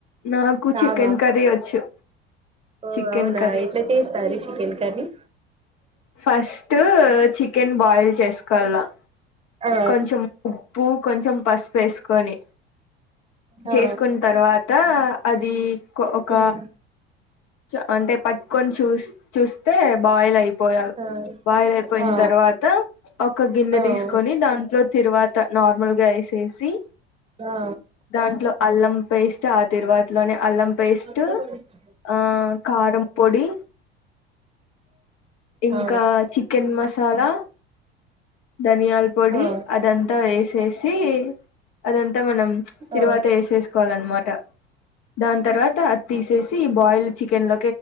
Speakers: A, on the left; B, on the right.
A: నాకు
B: రావా
A: చికెన్ కర్రీ వచ్చు
B: ఓ
A: చికెన్
B: అవునా
A: కర్రీ
B: ఎట్లా చేస్తారు chicken curry
A: first chicken boil చేసుకోలా
B: ఆ
A: కొంచెం ఉప్పు కొంచెం పసుపెసుకొని
B: ఆ
A: చేసుకున్న తర్వాత అది ఒక
B: ఉమ్
A: చ అంటే పట్టుకొని చూస్ చూస్తే బాయిల్ అయిపోయాలి
B: ఆ
A: బయిల్యిపోయిన
B: ఆ
A: తర్వాత ఒక గిన్నె
B: ఆ ఆ
A: తీసుకొని దాంట్లో తరువాత నార్మల్గా వేసేసి
B: ఆ
A: దాంట్లో అల్లం వేస్తె ఆ తిరువాతిలోనే అల్లం పేస్ట్
B: అ <unintelligible>
A: ఆ కారం పొడి ఇంకా
B: ఆ
A: చికెన్ మసాలా ధనియాల పొడి
B: ఆ
A: అదంతా వేసేసి అదంతా మనం తరువాత
B: ఆ
A: వేసేసుకోవాలన్నమాట దాని తర్వాత అది తీసేసి బాయిల్ చికెన్ లో